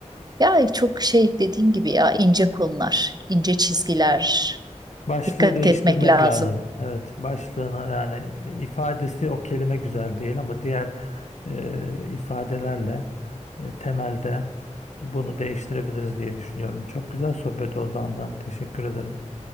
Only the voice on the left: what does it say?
Başlığı
değiştirmek
lazım. Evet, başlığına yani ifadesi o kelime güzel değil ama diğer e, ifadelerle e, temelde bunu değiştirebiliriz diye düşünüyorum. Çok güzel sohbet oldu Handan. Teşekkür ederim.